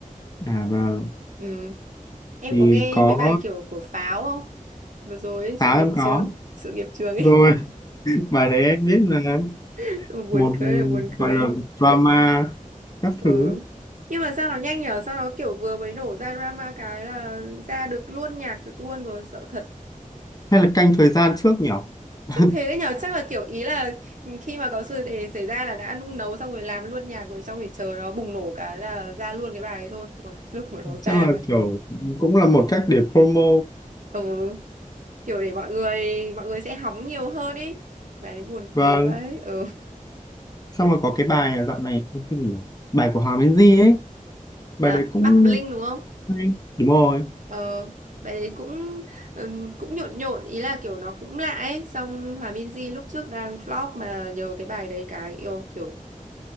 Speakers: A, on the left; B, on the right.
A: à vâng
B: Ừ. Em
A: thì
B: có nghe
A: có
B: mấy bài kiểu của Pháo không? Vừa rồi ấy, sự
A: táo
B: nghiệp
A: em
B: chướng,
A: có
B: sự nghiệp chướng ấy,
A: rồi <laughs> bài đấy em biết mà
B: <laughs> buồn
A: một
B: cười là buồn
A: gọi
B: cười.
A: là drama các
B: Ừ.
A: thứ
B: Nhưng mà sao nó nhanh nhở? Sao nó kiểu vừa mới nổ ra drama cái là ra được luôn nhạc được luôn rồi, sợ thật.
A: hay là canh thời gian trước nhỉ <laughs>
B: Chắc thế đấy nhở, chắc là kiểu ý là khi mà có sự để xảy ra là đã nung nấu xong rồi làm luôn nhạc rồi xong rồi chờ nó bùng nổ cái là ra luôn cái bài ấy thôi. Ôi, lúc mà nó
A: chắc
B: ra
A: là
B: mà.
A: kiểu cũng là một cách để promo
B: Ừ, kiểu để mọi người mọi người sẽ hóng nhiều hơn ấy. Bài đấy buồn cười
A: và
B: vậy. Ừ.
A: xong rồi có cái bài à, dạo này cái gì nhỉ bài của Hoàng Minh Di ấy bài
B: À,
A: đấy cũng
B: Bắc Bling đúng không?
A: hay đúng rồi
B: Ờ, bài đấy cũng ừ, cũng nhộn nhộn ý là kiểu nó cũng lạ ấy, xong Hòa Minzy lúc trước đang flop mà nhờ cái bài đấy cái yêu kiểu